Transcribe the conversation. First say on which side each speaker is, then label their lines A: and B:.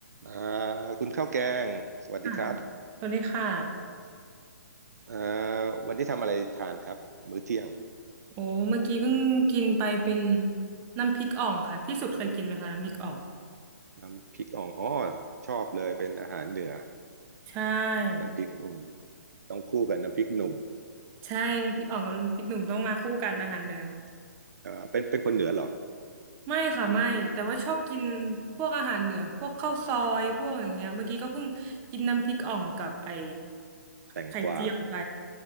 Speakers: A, on the right; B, on the right.
A: อ่าคุณข้าวแกงสวัสดีครับ
B: ค่ะสวัสดีค่ะ
A: อ่าวันนี้ทำอะไรทานครับมื้อเที่ยง
B: โอ้เมื่อกี้เพิ่งกินไปเป็นน้ำพริกอ่องค่ะพี่สุดเคยกินไหมคะน้ำพริกอ่อง
A: น้ำพริกอ่องอ๋อชอบเลยเป็นอาหารเหนือ
B: ใช่
A: น้ำพริกอ่องต้องคู่กับน้ำพริกหนุ่ม
B: ใช่น้ำพริกอ่องกับน้ำพริกหนุ่มต้องมาคู่กันอาหารเหนือ
A: อืมอ่าเป็นเป็นคนเหนือเหรอ
B: ไม่ค่ะไม่แต่ว่าชอบกินพวกอาหารเหนือพวกข้าวซอยพวกอย่างเงี้ยเมื่อกี้ก็เพิ่งกินน้ำพริกอ่องกับไอ้
A: แตงกวา
B: ไข่เจียวไป